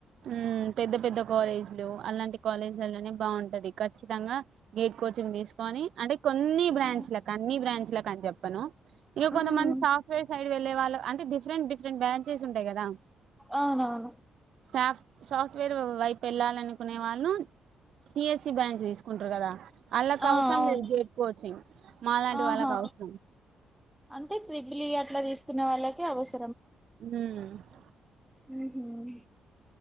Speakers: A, on the right; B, in the centre.
A: ఊమ్ పెద్ద పెద్ద కాలేజీలు అలాంటి కాలేజీలలోనే బాగుంటది ఖచ్చితంగా గేట్ కోచింగ్ దీసుకోని అంటే కొన్ని
B: ఉమ్
A: బ్రాంచు లకు అన్ని బ్రాంచు లకు అని చెప్పను ఇగ కొంతమంది
B: ఉమ్
A: సాఫ్ట్వెర్ సైడ్ వెళ్లే వాళ్లు అంటే డిఫరెంట్ డిఫరెంట్ బ్రాంచెస్ ఉంటాయి గదా
B: అవునవును
A: శాఫ్ట్ సాఫ్ట్ వేర్ వైపు వెళ్ళాలనుకునే వాళ్ళు సిఎస్సి బ్రాంచ్ తీసుకుంటారు గదా ఆళ్ళకు
B: ఆ
A: అవసరం
B: అవును
A: లేదు గేట్ కోచింగ్ మాలాంటి
B: ఆహా
A: వాళ్ళకు అవసరం
B: అంటే త్రిబ్లి అట్లా తీసుకునే వాళ్ళకే అవస
A: ఊమ్
B: ఊహుమ్